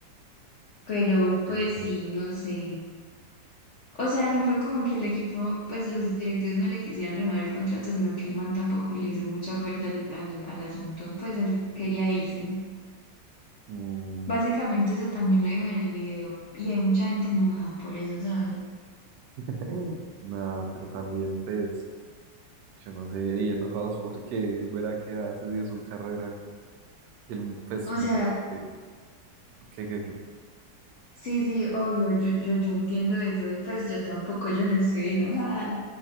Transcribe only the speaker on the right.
él sí.
Mm,
<laughs> nada, pero también, pues, yo no sé, y enojados porque él verá que hace dio su carrera. Y él, pues,
me
imagino que, que, que, que-